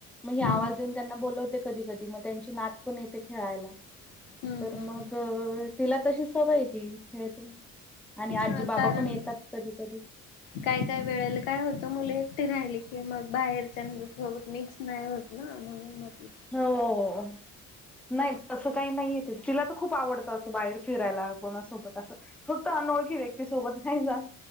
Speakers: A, in the centre; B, on the left (about 75°).
A: म ही आवाज
B: हम्म
A: देऊन त्यांना बोलवते कधी कधी मग त्यांची नात पण येते खेळायला
B: हम्म
A: तर
B: हम्म
A: मग तिला तशी सवय ती खेळते. आणि आजी
B: हा
A: बाबा
B: कारण
A: पण येतात कधी कधी
B: काय काय वेळेला काय होत मुलं एकटे राहिली की मग बाहेरच्या सोबत मिक्स नाय होत ना म्हणून म्हटलं
A: हो नाही तसं काही नाहीय तिचं तिला तर खूप आवडत तसं बाहेर फिरायला कोणासोबत असं फक्त अनोळखी व्यक्ती सोबत नाही जात.